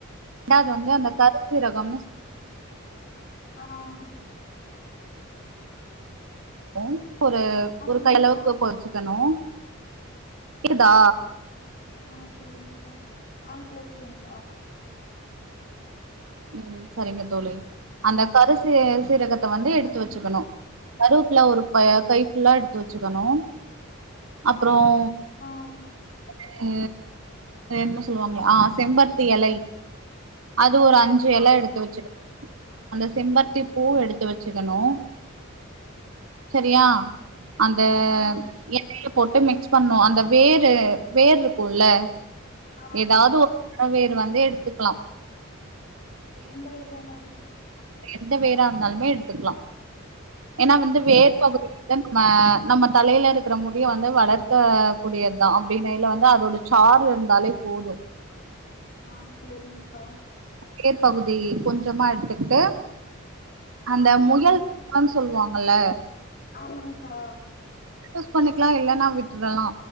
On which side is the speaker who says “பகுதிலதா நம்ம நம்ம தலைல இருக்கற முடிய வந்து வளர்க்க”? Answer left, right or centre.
Right